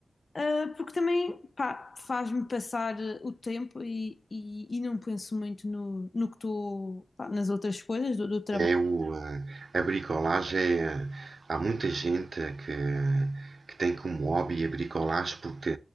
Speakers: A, on the left; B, on the right.
A: ah, porque também, pá, faz-me passar ah, o tempo e, e, e não penso muito no, no que estou, pá, nas outras coisas do, do trabalho.
B: É o, eh, a bricolagem é. Há muita gente que, que tem como hobby a bricolagem porque